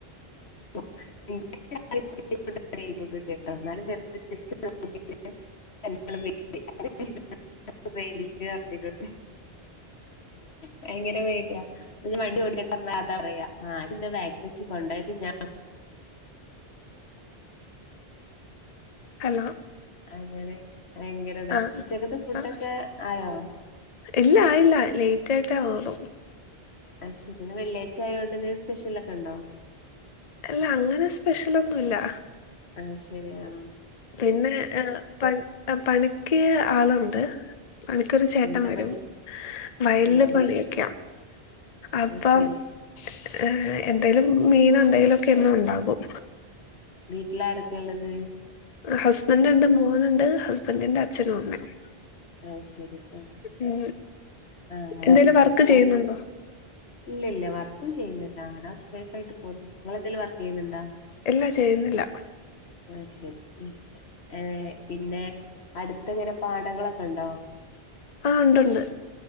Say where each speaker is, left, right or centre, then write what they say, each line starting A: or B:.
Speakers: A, on the left; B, on the left.
A: <inaudible> <inaudible> ഭയങ്കര പേട്യാ വണ്ടി ഓടിക്കട്ടെ പറഞ്ഞ അതാ പറയാ ആയിന്നെ ബാക്കിൽ വെച്ച് കൊണ്ടോയത് ഞാ
B: ഹലോ
A: അങ്ങനെ ഭയങ്കര താഉച്ചക്കത്തെ
B: ആഹ്
A: ഫുഡ്‌
B: ആഹ്
A: ഒക്കെ ആയോ
B: ഇല്ല ആയില്ല ലേറ്റ് ആയിട്ടാവൊള്ളൂ
A: അയ്ശേരി ഇന്ന് വെള്ളിയായിച്ചയോണ്ട് ന്തേലും സ്പെഷ്യൽ ഒക്കെ ണ്ടോ
B: അല്ല അങ്ങനെ സ്പെഷ്യലൊന്നുല്ല
A: ആഹ് ശരിയാണോ
B: പിന്നെ ഏഹ് പ പണിക്ക് ആളുണ്ട് എടക്കൊരു ചേട്ടം
A: എന്താ
B: വരും
A: പണി
B: വയല്
A: ആണോ
B: പണിയൊക്കെയാ അപ്പം
A: അത് ശരി
B: ഏഹ് എന്തേലും മീനോ എന്തെലൊക്കെ എന്നും ഉണ്ടാവും
A: വീട്ടിലാരൊക്കെ ഉള്ളത്
B: ഹസ്ബൻഡ് ണ്ട് മോനുണ്ട് ഹസ്ബൻഡ്ന്റെ അച്ഛനും അമ്മയും
A: അയ്ശേരി ആഹ് ആഹ്
B: ഉം
A: അങ്ങനെ
B: എന്തേലും വർക്ക്
A: ഉം
B: ചെയ്യുന്നുണ്ടോ
A: എൻ ഇല്ല ഇല്ല വർക്കൊന്നും ചെയ്യുന്നില്ല ഞാന് ഹൗസ് വൈഫായിട്ട് പോകുന്നു നിങ്ങളെന്തേലും വർക്ക് ചെയ്യുന്നുണ്ടാ
B: ഇല്ല ചെയ്യുന്നില്ല
A: അയ്ശേരി ഉം ഏഹ് പിന്നെ അടുത്ത്ങ്ങനെ പാടങ്ങളൊക്കെ ണ്ടോ
B: ആ ഉണ്ടുണ്ട്